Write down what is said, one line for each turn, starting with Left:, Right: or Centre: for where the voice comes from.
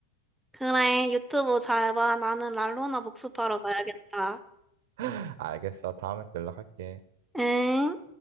Centre: 그래, 유튜브 잘 봐. 나는 랄로나 복습하러 가야겠다.
Right: <laughs> 알겠어. 다음에 또 연락할게.
Centre: 응?